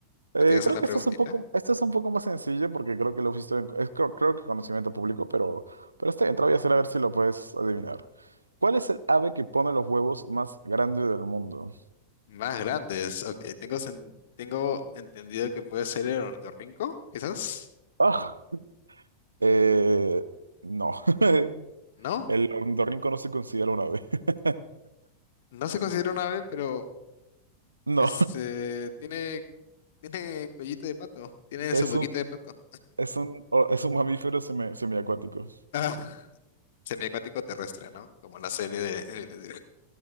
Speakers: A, on the right (about 75°); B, on the left (about 55°).
A: Eh,
B: ¿tú tienes
A: creo
B: una
A: que
B: preguntita?
A: esto es un poco, esto es un poco más sencillo porque creo que lo visto en, es, creo, creo que conocimiento público, pero, pero está bien, te lo voy a hacer a ver si lo puedes adivinar. ¿Cuál es el ave que pone los huevos más grande del mundo?
B: Más grandes, ok. Tengo, sen- tengo entendido que puede ser el ornitorrinco, quizás.
A: Ah, eh, no. <laughs>
B: No,
A: El ornitorrinco no se considera un ave. <laughs>
B: no se considera una ave, pero
A: No,
B: este tiene, tiene cuellito de pato, tiene
A: es
B: su boquita
A: un,
B: de pato.
A: es un, o- es un mamífero semi- semiacuático.
B: Ah, <laughs> semiacuático terrestre, ¿no? Como la serie de, de- de-